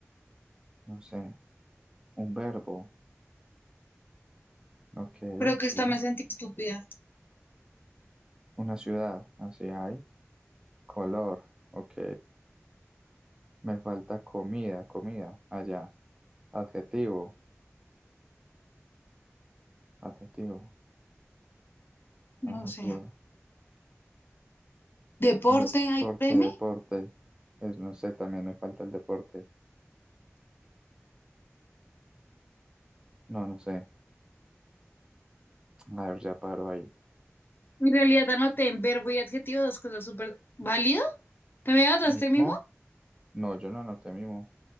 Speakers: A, on the right (about 15°); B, on the left (about 45°).
A: no sé. Un verbo. Ok,
B: Creo que
A: sí.
B: esta me sentí estúpida.
A: Una ciudad. Así hay. Color. Ok. Me falta comida, comida. Allá. Adjetivo. Adjetivo. Adjetivo.
B: No sé. Deporte,
A: Deporte,
B: ¿hay premio?
A: deporte. Es, no sé, también me falta el deporte. No, no sé. A ver, ya paro ahí.
B: En realidad anoté en verbo y adjetivo dos cosas súper válido. ¿También anotaste
A: ¿Mimo?
B: mismo?
A: No, yo no anoté mimo.